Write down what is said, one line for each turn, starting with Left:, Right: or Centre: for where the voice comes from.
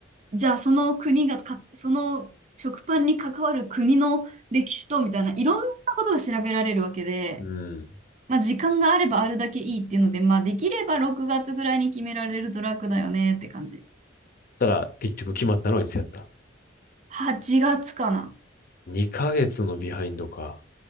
Right: じゃあその国がか、その食パンに関わる国の歴史とみたいな、いろんなことが調べられるわけで、
Left: うん。
Right: まあ、時間があればあるだけいいっていうので、まあ、できれば6月ぐらいに決められると楽だよねって感じ。
Left: たら結局決まったのはいつやった。
Right: 8月かな。
Left: 2ヶ月のビハインドか。